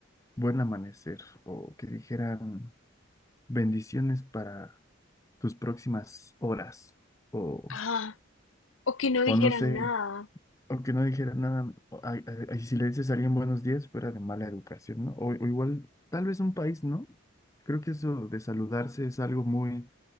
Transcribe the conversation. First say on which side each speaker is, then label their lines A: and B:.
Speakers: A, on the left (about 15°); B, on the left (about 80°).
A: buen amanecer, o que dijeran bendiciones para tus próximas horas, o,
B: Ah, o que no dijera
A: o no sé,
B: nada.
A: o que no dijeran nada, o a- a- y si le dices a alguien buenos días, fuera de mala educación, ¿no? O, o igual, tal vez un país, ¿no? Creo que eso de saludarse es algo muy,